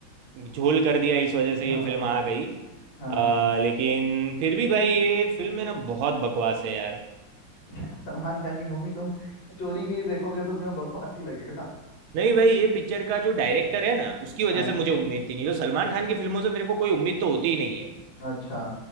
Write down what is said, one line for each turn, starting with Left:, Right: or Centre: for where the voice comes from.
Right: झोल कर दिया इस वजह से
Left: हाँ
Right: ये फिल्म आ गई
Left: हाँ
Right: आ,
Left: हाँ
Right: लेकिन फिर भी भाई ये फिल्म है ना बहुत बकवास है यार
Left: <laughs> यार सलमान खान की मूवी तुम स्टोरी के लिए देखोगे तो तुम्हें बकवास ही लगेगा
Right: नहीं भाई ये पिक्चर का जो डायरेक्टर है ना उसकी वजह
Left: हाँ
Right: से मुझे उम्मीद थी नहीं तो सलमान खान की फिल्मों से मेरे को कोई उम्मीद तो होती ही नहीं है
Left: अच्छा